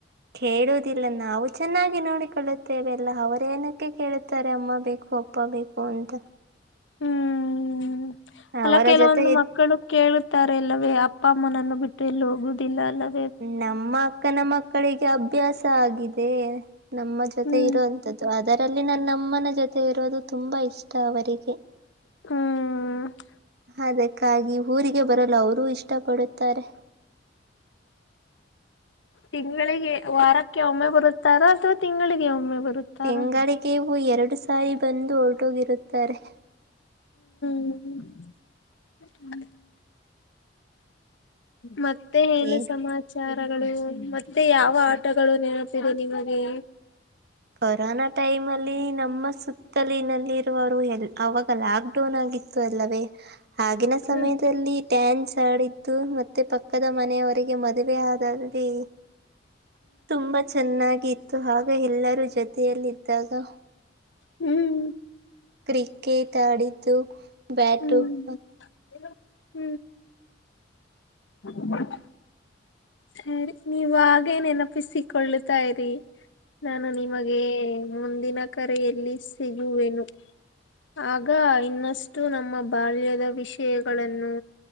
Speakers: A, on the right; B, on the left.
A: ಕೇಳುದಿಲ್ಲ ನಾವು ಚೆನ್ನಾಗಿ ನೋಡಿಕೊಳ್ಳುತ್ತೆ ೇವೆಲ್ಲ ಅವರೇಏನಕ್ಕೆ ಕೇಳುತ್ತಾರೆ ಅಮ್ಮ ಬೇಕು ಅಪ್ಪ ಬೇಕು ಅಂತ
B: ಹ್ಮ್ ಅಲ್ಲ
A: ಅವರ
B: ಕೆಲವೊಂದು
A: ಜೊತೆ
B: ಮಕ್ಕಳು ಕೇಳ ಇತ ಅಲ್ಲವೇ ಅಪ್ಪ ಅಮ್ಮನನ್ನು ಬಿಟ್ಟು ಎಲ್ಲಿ ಹೋಗುದಿಲ್ಲ ಅಲ್ಲವ
A: ನಮ್ಮ ಅಕ್ಕನ ಮಕ್ಕಳಿಗೆ ಅಭ್ಯಾಸ ಆಗಿದೆ ನಮ್ಮ ಜೊತೆ
B: ಹ್ಮ್
A: ಇರುವೋಂಂತದ್ದು ಅ ಲ್ಲಿ ನನ್ನಮ್ಮನ ಜೊತೆ ಇರೋದು ತುಂಬಾ ಇಷ್ಟ ಅವರಿಗೆ
B: ಹ್ಮ್
A: ಅದಕ್ಕಾಗಿ ಊರಿಗೆ ಬರಲು ಅವರು ಇಷ್ಟ ಪಡುತ್ತಾರೆ.
B: ತಿಂಗಳಿಗೆ ವಾರಕ್ಕೆ ಒಮ್ಮೆ ಬರುತ್ತಾರೋ ಅಥವಾ ತಿಂಗಳಿಗೆ ಒಮ್ಮೆ ಬರುತ್ತಾರಾ
A: ತಿಂಗಳಿಗೊ ಎರಡು ಸಾರಿ ಬಂದು ಹೊರಟೋಗಿರುತ್ತಾರೆ.
B: ಹ್ಮ್ ಮತ್ತೆ ಏನು
A: ಏನ್
B: ಸಮಾಚಾರ ಮತ್ತೆ ಯಾವ ಆಟಗಳು ನೆನಪಿದೆ ನಿಮಗೆ
A: ಕೊರೋನಾ ಟೈಮ್ಲ್ಲಿ ನಮ್ಮ ಸುತ್ತಲಿನಲ್ಲಿರುವವರು ಹೆಲ್ ಅವಾಗ ಲಾಕ್ ಡೌನ್ ಆಗಿತ್ತು ಅಲ್ಲವೇ ಆಗಿನ ಸಮಯದಲ್ಲಿ
B: ಹ್ಮ್
A: ಟ್ಯಾನ್ಸ್ ಆಡಿದ್ದು ಮತ್ತೆ ಪಕ್ಕದ ಮನೆಯವರಿಗೆ ಮದುವೆ ಆದಲ್ಲಿ ತುಂಬಾ ಚೆನ್ನಾಗಿತ್ತು ಹಾಗ ಎಲ್ಲರೂ ಜೊತೆಯಲ್ಲಿದ್ದಾಗ
B: ಹ್ಮ್
A: ಕ್ರಿಕೆಟ್ ಆಡಿದ್ದು ಬ್ಯಾಟಬಲ್
B: ಹ್ಮ್ ಹ್ಮ್ ಹ್ಮ್ ತ ಸರಿ ನೀವ ಆಗೇ ನೆನಪಿಸಿಕೊಳ್ಳತಾಯ್ರರಿ ನಾನು ನಿಮಗೆ ಮುಂದಿನ ಕರೆಯಲ್ಲಿ ಸಿಗುವೆನು ಆಗ ಇನ್ನಷ್ಟು ನಮ್ಮ ಬಾಲ್ಯದ ವಿಷಯಗಳನ್ನು